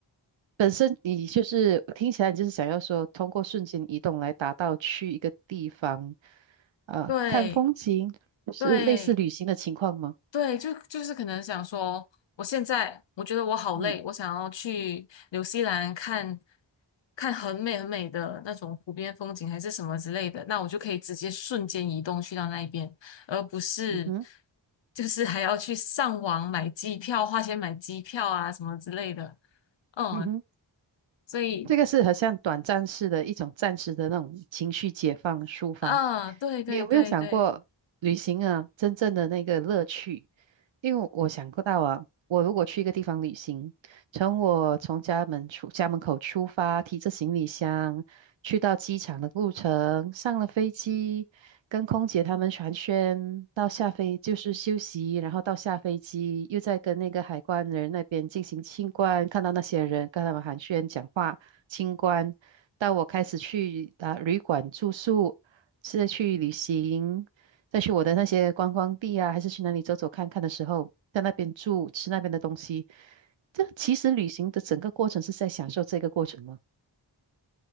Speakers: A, on the right; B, on the left.
A: 本身你就是听起来你就是想要说，通过瞬间移动来达到去一个地方，呃，
B: 对
A: 看风景，是类似旅行的情况吗？
B: 对。对，就就是可能想说，我现在我觉得我好累，
A: 嗯，
B: 我想要去纽西兰看看很美很美的那种湖边风景，还是什么之类的，那我就可以直接瞬间移动去到那一边，而不是
A: 嗯哼，
B: 就是还要去上网买机票，花钱买机票啊什么之类的。嗯，
A: 嗯哼。
B: 所以，
A: 这个是很像短暂式的一种暂时的那种情绪解放抒发。
B: 嗯，对对对对。
A: 你有没有想过旅行啊，真正的那个乐趣？因为我想过到啊，我如果去一个地方旅行，从我从家门出家门口出发，提着行李箱去到机场的路程，上了飞机，跟空姐他们寒暄，到下飞就是休息，然后到下飞机又再跟那个海关人那边进行清关，看到那些人跟他们寒暄讲话。清关，到我开始去啊、旅馆住宿，是去旅行，再去我的那些观光地啊，还是去哪里走走看看的时候，在那边住，吃那边的东西。这其实旅行的整个过程是在享受这个过程吗？